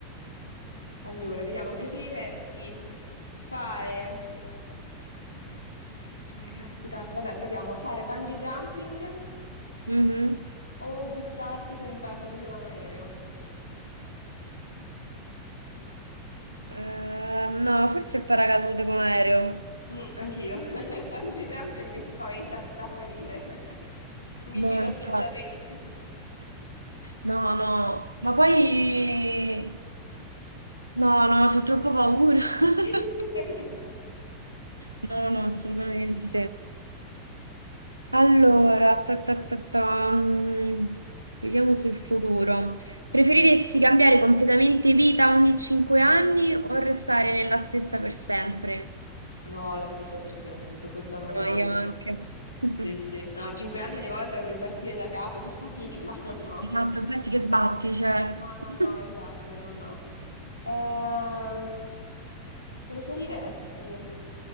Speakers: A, on the left; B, on the right.
A: allora, vediamo, preferiresti fare, eh, caspita, Vabbè, proviamo. Fare bungee jumping
B: Mhm.
A: o buttarti con il paracadute da un aereo?
B: Eh, no, forse il paracadute con l'aereo.
A: Mm, anch'io. <laughs> Il bungee jumping mi spaventa da morire. <laughs> Non mi
B: No,
A: fido
B: infatti.
A: assolutamente.
B: no, no, ma poi no, no, c'ho troppa paura. <laughs>
A: <laughs>
B: No, no, assolutamente. Allora, ta ta ta ta, mm, vediamo sul futuro. Preferiresti cambiare completamente vita ogni 5 anni o restare nella stessa per sempre?
A: No, la stessa per sempre, su questo non ho
B: No,
A: dubbi.
B: io anche. <laughs>
A: Sì, sì. No, cinque anni ogni volta è un ripartire da capo, che fatica, <laughs> no, no.
B: Esatto, infatti che sbatti, cioè.
A: No,
B: <laughs>
A: no, no, esatto, no, no. Ehm, preferiresti